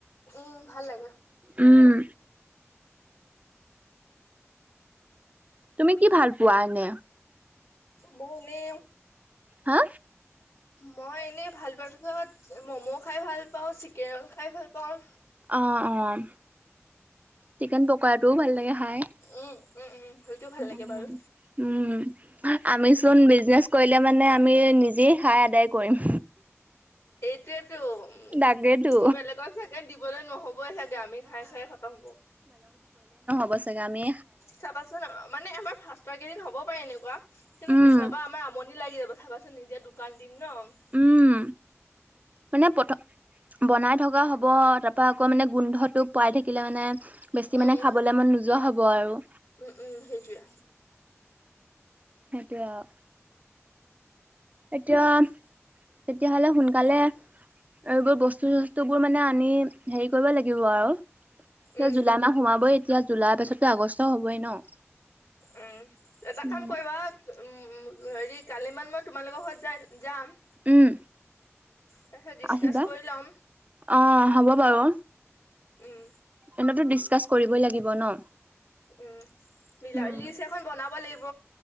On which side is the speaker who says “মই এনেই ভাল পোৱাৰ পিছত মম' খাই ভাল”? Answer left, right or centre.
Left